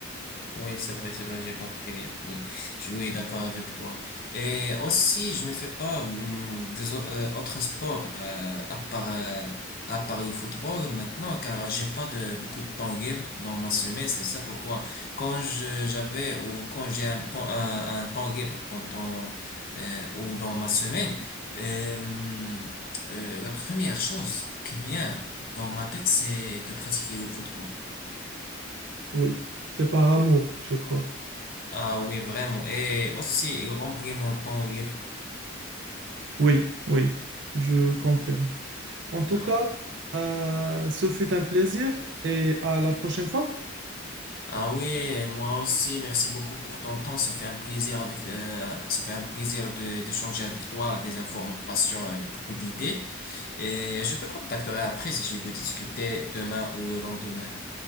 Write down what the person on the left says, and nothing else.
Oui, c'est vrai, c'est vrai, j'ai compris bien. Oui, je suis oui, d'accord avec toi. Et aussi, je ne fais pas hum, des au- euh, autres sports euh, à part euh, à part le football maintenant, car j'ai pas de beaucoup de temps libre dans ma semaine. C'est ça pourquoi quand je j'avais ou quand j'ai un, pen- un un temps libre pendant euh, ou dans ma semaine, euh, euh, la première chose qui vient dans ma tête, c'est de pratiquer le football.
Ah oui, vraiment. Et aussi, il remplit mon temps libre.
Ah,
Ah oui, et moi aussi, merci beaucoup pour ton temps. Ça fait un plaisir avec, euh, ça fait un plaisir de, d'échanger avec toi des informations et beaucoup d'idées. Et je te contacterai après si tu veux discuter demain ou le lendemain.